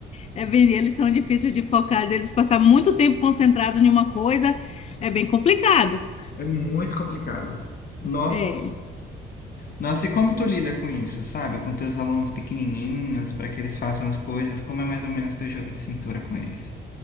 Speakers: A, on the left (about 35°); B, on the left (about 50°).
A: É bem, eles são difíceis de focar, deles passar muito tempo concentrado em uma coisa, é bem complicado.
B: É muito complicado. Nossa,
A: É.
B: nossa, e como tu lida com isso, sabe? Com teus alunos pequenininhos, para que eles façam as coisas, como é mais ou menos teu jogo de cintura com eles?